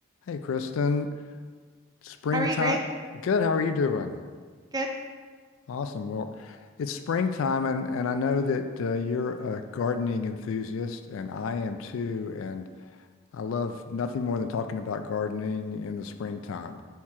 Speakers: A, on the left; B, on the right.
A: Hey, Kristen. Springtime.
B: How are you, Greg?
A: Good. How are you doing?
B: Good?
A: Awesome. Well, it's springtime, and, and I know that uh, you're a gardening enthusiast, and I am too. And I love nothing more than talking about gardening in the springtime.